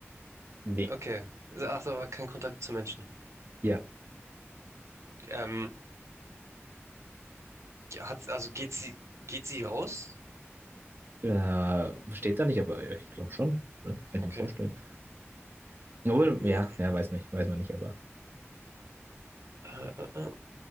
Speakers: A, on the right; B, on the right.
A: Nee.
B: Okay. Ach, so, aber kein Kontakt zu Menschen.
A: Ja.
B: Ähm, hat, also geht sie, geht sie raus?
A: Äh, steht da nicht, aber ich glaube schon. Ne? Kann ich
B: Okay.
A: mir vorstellen. Obwohl,
B: Hm,
A: ja, ja, weiß nicht, weiß man nicht, aber.
B: äh, äh, äh.